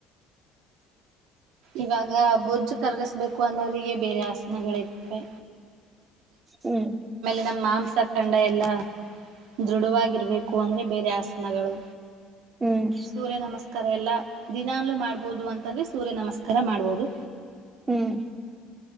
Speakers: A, on the right; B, on the right.
A: ಇವಾಗ ಬೊಜ್ಜು ಕರ್ಗಿಸಬೇಕು ಅನ್ನೋರಿಗೆ ಬೇರೆ ಆಸನಗಳರ್ತವೆ
B: ಹ್ಮ್
A: ನಮ್ಮ ಮಾಂಸಖಂಡ ಎಲ್ಲಾ ದೃಢವಾಗಿರ್ಬೇಕು ಅಂದ್ರೆ ಬೇರೆ ಆಸನಗಳು
B: ಹ್ಮ್
A: ಸೂರ್ಯ ನಮಸ್ತೆ ಎಲ್ಲಾ ದಿನಲ್ಲೂ ಮಾಡ್ಬೋುದು ಅಂತಂದ್ರೆ ಸೂರ್ಯ ನಮಸ್ಕಾರ ತರ ಮಾಡ್ಬೋದು
B: ಹ್ಮ್